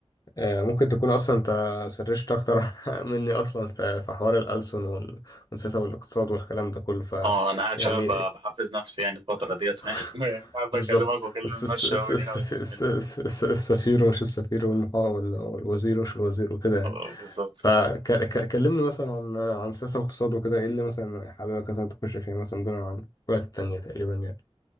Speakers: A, on the left; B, on the right.
A: آه، ممكن تكون اصلا انت سرشت اكتر <laughs> مني اصلا ف- في حوار الألسن وال- والسياسة والاقتصاد والكلام ده كله ف
B: اه انا قاعد
A: يعني
B: شويه ب- بحفز نفسي يعني الفتره ديت
A: <laughs>
B: <laughs> فاهم يعني حابب
A: بالظبط
B: اكلمك واكلم
A: الس-
B: الناس شويه
A: الس-
B: من
A: الس- الس-
B: هنا والناس
A: الس-
B: من هنا
A: الس- الس- السفير ومش السفير والمحا- وال- والوزير ومش الوزير وكده يعني
B: آه، بالظبط
A: فكلمني مثلا عن عن السياسة والاقتصاد وكده ايه اللي مثلا حاببك مثلا تخش فيها مثلا دون عن الوقت التانية تقريبا يعني